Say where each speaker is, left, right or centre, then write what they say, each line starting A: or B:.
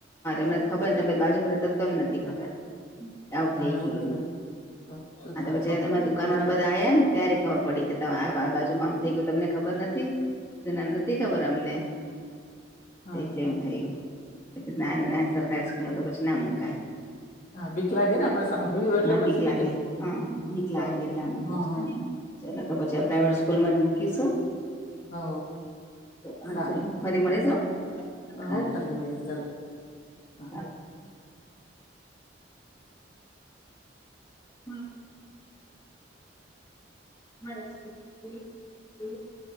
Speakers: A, on the left; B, on the left.
A: હમને ખબરને તમે બાજુમાં રહેતા તો એમ નથી ખબર આવું થઇ
B: એવું
A: ગયું એમ
B: જ હોય તો શું
A: હા
B: થાય
A: તો પછી
B: કહો
A: તમામે દુકાન
B: હા
A: વાળા બધા આવ્યા ને ત્યારે ખબર પડી કે તમે આ બ બાજુમાં આમ થઇ ગયું તમને ખબર નથી તેને નથી ખબર અમને
B: હા
A: એટલે
B: હા
A: એમ થયું ના ના સરકારી સ્કૂલમાં તો પછી ના મુકાય
B: હા બીક લાગે ને આપડે સાંભળ્યું હોય એટલે
A: હા
B: પછી
A: બીક લાગે હા બીક
B: તો
A: લાગે એટલા માટે
B: હા
A: જ
B: હા
A: તે તો ખબર છે પ્રાઇવેટ
B: હા
A: સ્કૂલમાં જ મુ કિશુ
B: હો
A: હા
B: સારું
A: ચાલો ફરી મળીશું હા
B: હો ફરી મળીએ ચલો હ
A: <unintelligible> હા. <unintelligible>